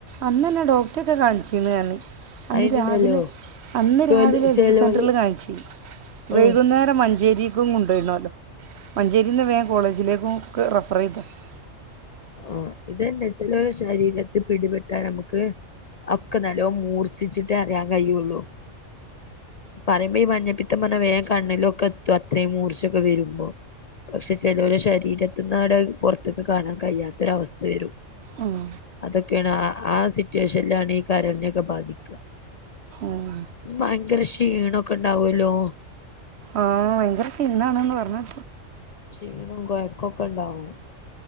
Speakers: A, on the right; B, on the left.
A: അന്നനെ ഡോക്ടൊക്കെ കാണിച്ച്ണ് പറഞ്ഞ് അന്ന്
B: അയിനുണ്ടല്ലോ
A: രാവിലെ അന്ന് രാവിലെ
B: ചെലോ
A: ഹെൽത്ത്
B: ചെലോല്
A: സെന്ററിൽ കാൺച്ചീനി വൈകുന്നേര
B: ആഹ്
A: ടെ മഞ്ചേരീക്കും കൊണ്ടോയ്നോലൊ മഞ്ചേരിന്ന് വേം കോളേജിലേക്കും ഒക്കെ റഫറെയ്ത് <inaudible>
B: അഹ് ഇതെന്നെ ചെലോലെ ശരീരത്തിൽ പിടിപെട്ടാ ഞമ്മക്ക് ഒക്കെ നല്ലോം മൂർഛിച്ചിട്ടേ അറിയാൻ കഴിയുള്ളു പറിമ്പം ഈ മഞ്ഞപ്പിത്തം പറഞ്ഞ വേം കണ്ണിലൊക്കെ എത്തും അത്രയും മൂർച്ചൊക്കെ വരുമ്പോ പക്ഷെ ചെലോലെ ശരീരത്തിന്നാണ്ടത് പൊറത്ത്ക്ക് കാണാൻ കഴിയാത്തൊരവസ്ഥ വരും
A: അഹ്
B: അതൊക്കെയാണ് ആഹ് ആ സിറ്റുവേഷനിലാണ് ഈ കരളിനൊക്കെ ബാധിക്ക
A: ആഹ്
B: ഇത് ഭയങ്കര ക്ഷീണൊക്കെ ഉണ്ടാവല്ലോ
A: ആഹ് ഭയങ്കര ക്ഷീണാണ്ന്ന് പറഞ്ഞേ
B: ക്ഷീണം കൊയ്ക്കൊക്കെണ്ടാവും